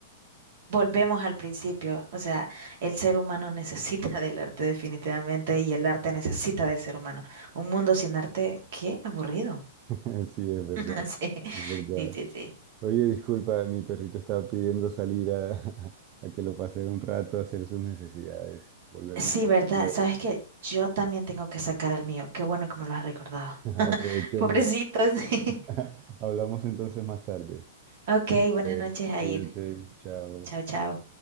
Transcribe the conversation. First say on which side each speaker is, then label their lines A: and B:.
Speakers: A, on the right; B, on the right.
A: Volvemos al principio, o sea, el ser humano necesita del arte definitivamente y el arte necesita del ser humano. Un mundo sin arte, qué aburrido.
B: <laughs> Sí, es verdad,
A: <laughs> Sí,
B: es verdad.
A: sí, sí, sí.
B: Oye, disculpa, mi perrito estaba pidiendo salir a, <laughs> a que lo pase un rato a hacer sus necesidades. Volvemos
A: Sí,
B: a
A: verdad.
B: hablar luego.
A: Sabes que yo también tengo que sacar al mío. Qué bueno que me lo has recordado.
B: <laughs>
A: <laughs>
B: Aprovechemos.
A: Pobrecitos. <laughs>
B: <laughs> Hablamos entonces más tarde.
A: Ok, buenas
B: Sí,
A: noches, Jair.
B: cuídate, chao.
A: Chao, chao.